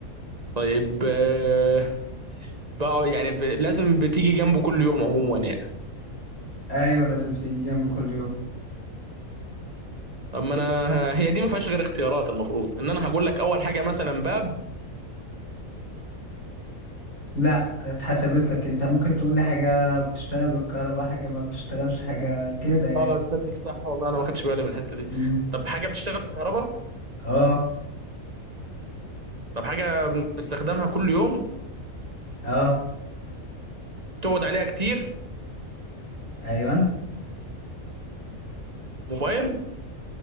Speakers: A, on the right (about 30°); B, on the left (about 85°).
A: طيب آه، بقى يعني ب... لازم بتيجي جنبه كل يوم عموما يعني
B: ايوه لازم بتيجي جنبه كل يوم
A: اما انا هي دي ما فيهاش غير اختيارات المفروض ان انا هقول لك اول حاجه مثلا باب
B: لا اتحسبت لك انت ممكن تقول لي حاجه بتشتغل بالكهرباء حاجه ما بتشتغلش حاجه كده يعني
A: اه تصدق صح والله انا ما خدتش بالي من الحته دي
B: امم
A: طب حاجه بتشتغل بالكهرباء
B: اه
A: طب حاجه بنستخدمها كل يوم
B: اه
A: تقعد عليها كتير
B: ايوه
A: موبايل